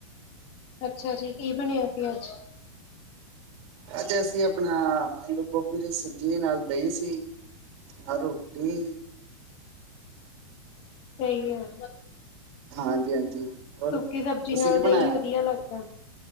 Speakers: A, on the left (about 40°); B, on the right (about 40°).
A: ਅੱਛਾ ਜੀ ਕੀ ਬਣਿਆ ਸੀ ਅੱਜ।
B: ਅੱਜ ਅਸੀਂ ਆਪਣਾ ਆਲੂ ਗੋਭੀ ਦੀ ਸਬਜ਼ੀ ਨਾਲ ਦਹੀਂ ਸੀ। ਆ ਰੋਟੀ।
A: ਸਹੀ ਹੈ।
B: ਹਾਂਜੀ ਹਾਂਜੀ ਹੋਰ
A: ਸੁੱਕੀ ਸਬਜ਼ੀ
B: ਤੁਸੀਂ
A: ਨਾਲ
B: ਕੀ
A: ਦਹੀਂ
B: ਬਣਾਇਆ
A: ਵਧੀਆ ਲੱਗਦਾ।